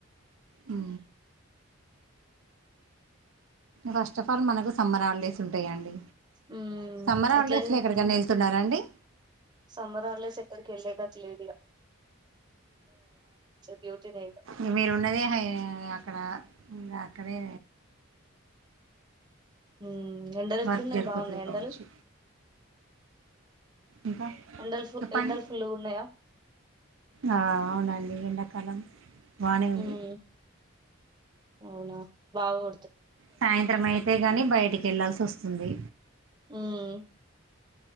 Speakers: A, on the right (about 70°); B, on the right (about 20°).
A: అవు ఫస్ట్ ఆఫ్ ఆల్ మనకు సమ్మర్ హాలిడేస్ ఉంటాయా అండి
B: ఉమ్
A: సమ్మర్హాలిడేస్స్
B: ఎట్లండి
A: లో ఎక్కడికన్నావెళ్తున్నారా అండి.
B: సమ్మర్ హాలిడేస్ ఎక్కడికి ఎల్లేటట్టు లేదిగ డ్యూటీ నే ఇగ.
A: ఊ మీరు ఉన్నదే హై అక్కడ ఇంకా అక్కడే
B: హ్మ్మ్ ఎండలు ఎట్లున్నాయి
A: వర్క్ జరిపోతుంది
B: బాగున్నాయ ఎండలు
A: కావచ్చు ఇంకా
B: ఎండలు ఫుల్
A: చెప్పండి
B: ఎండలు ఫుల్లు ఉన్నాయా
A: ఆ అవునండి ఎండ కాలం బానే ఉంది
B: ఉమ్ అవునా బాగో
A: సాయంత్రం అయితే గాని బయటికేళ్లాల్సివస్తుంది.
B: ఉమ్